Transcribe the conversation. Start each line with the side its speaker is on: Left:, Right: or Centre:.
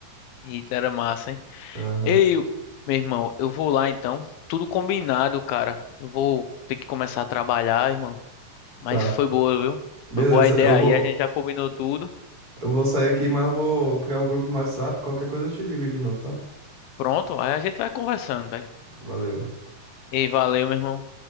Left: Eita, era massa, hein?
Right: ó. Aham.
Left: Ei, eu- meu irmão, eu vou lá então. Tudo combinado, cara. Eu vou ter que começar a trabalhar, irmão. Mas
Right: Tá.
Left: foi boa, viu?
Right: Beleza,
Left: Foi boa a ideia
Right: eu
Left: aí.
Right: vou.
Left: A gente já combinou tudo.
Right: Eu vou sair aqui, mas eu vou criar o grupo no WhatsApp. Qualquer coisa eu te ligo aí de novo, tá?
Left: Pronto, aí a gente vai conversando, velho.
Right: Valeu.
Left: Ei, valeu, meu irmão.